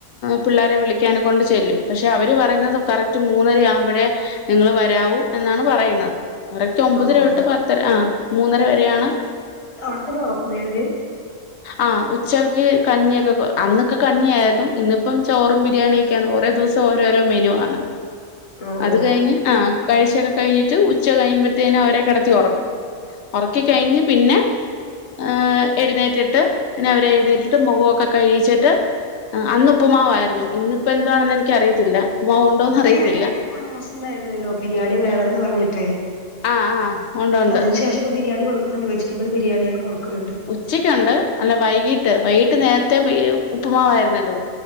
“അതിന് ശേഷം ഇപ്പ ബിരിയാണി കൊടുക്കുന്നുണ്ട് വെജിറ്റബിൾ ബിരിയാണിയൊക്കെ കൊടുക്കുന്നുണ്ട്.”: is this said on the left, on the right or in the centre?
Left